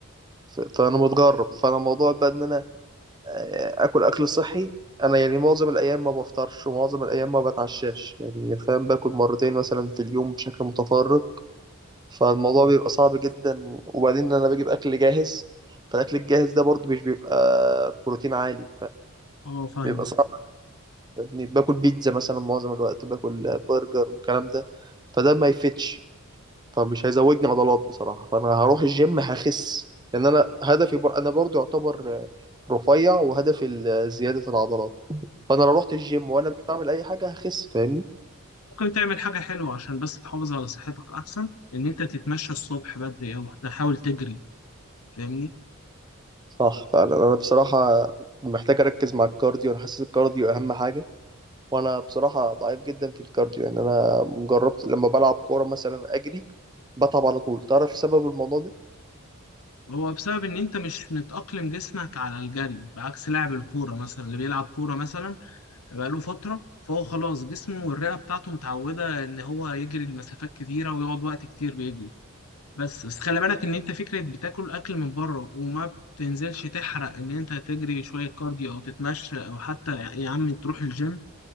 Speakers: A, on the right; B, on the left.
A: ف- فانا متغرب فانا موضوع بقى ان انا آه، اكل اكل صحي انا يعني معظم الايام ما بفطرش ومعظم الايام ما بتعشاش يعني فاهم باكل مرتين مثلا في اليوم بشكل متفرق فالموضوع
B: اه
A: بيبقى صعب جدا وبعدين انا بجيب اكل جاهز فالاكل الجاهز ده برضو مش بيبقى بروتين عالي
B: اه فاهم
A: فبيبقى صعب يعني باكل بيتزا مثلا معظم الوقت باكل برجر والكلام ده فده ما يفتش فمش هيزودني عضلات بصراحة فانا هروح الجيم هخس لان انا هدفي بر... انا برضو يعتبر رفيع وهدفي ال- زيادة العضلات فانا لو رحت الجيم وانا مش بعمل اي حاجة هخس فاهمني
B: ممكن تعمل حاجة حلوة عشان بس تحافظ على صحتك أحسن إن أنت تتمشى الصبح بدري أو تحاول تجري فاهمني؟
A: صح فانا انا بصراحة محتاج اركز مع الكارديو انا حاسس الكارديو اهم حاجة وانا بصراحه ضعيف جدا في الكارديو يعني انا جربت لما بلعب كوره مثلا اجري بتعب على طول تعرف سبب الموضوع ده
B: هو بسبب إن أنت مش متأقلم جسمك على الجري بعكس لاعب الكورة مثلا اللي بيلعب كورة مثلا بقاله فترة فهو خلاص جسمه والرئة بتاعته متعودة إن هو يجري لمسافات كتيرة ويقعد وقت كتير بيجري بس بس خلي بالك إن أنت فكرة بتاكل أكل من بره وما بتنزلش تحرق إن أنت تجري شوية كارديو أو تتمشى أو حتى يا عم تروح الجيم